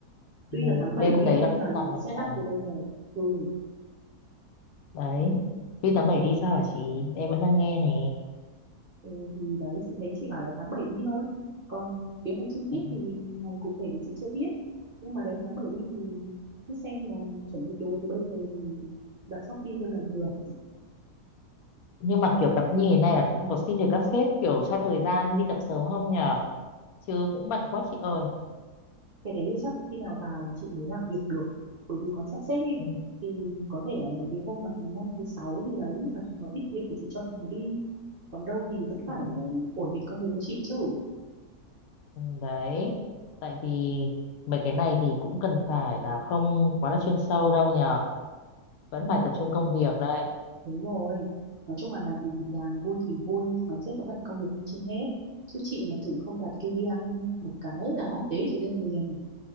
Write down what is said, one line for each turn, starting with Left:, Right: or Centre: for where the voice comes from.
Right: tuy
Left: ừ,
Right: là tháng 7
Left: lên
Right: đi
Left: đấy
Right: nhưng
Left: là
Right: mà
Left: cũng làm mấy
Right: set
Left: cái này
Right: up từ bây giờ ừ,
Left: đấy Vi 87 đi sao hả chị em vẫn đang nghe nè
Right: ừ thì đấy chị thấy chị bảo là tháng 7 đi thôi còn kế hoạch chi tiết
Left: Ừ.
Right: thì ngày cụ thể thì chị chưa biết nhưng mà đấy tháng 7 đi thì cứ xem là chuẩn bị đồ từ bây giờ thì đặt Shopee luôn là vừa
Left: nhưng mà kiểu tập như thế này là cũng có xin được các sếp kiểu cho thời gian đi tập sớm không nhở chứ cũng bận quá chị ơi
Right: cái đấy chắc là khi nào vào thì chị mới làm việc được bởi vì còn sắp xếp đi
Left: ừ,
Right: thì có thể là mấy cái hôm mà thứ năm thứ sáu gì đấy mà chúng nó ít việc thì chị cho chúng nó đi còn đâu thì vẫn phải
Left: ừ,
Right: ờ, ổn định công việc của chị chứ
Left: ừ, đấy tại vì mấy cái này thì cũng cần phải là không quá là chuyên sâu đâu nhở vẫn
Right: ừ.
Left: phải tập trung công việc đấy
Right: Đúng rồi. Nói chung là làm gì thì làm, vui thì vui nhưng mà sếp vẫn đặt công việc lên trên hết. Chứ chị mà thử không đạt KPI một cái là tế chị lên liền.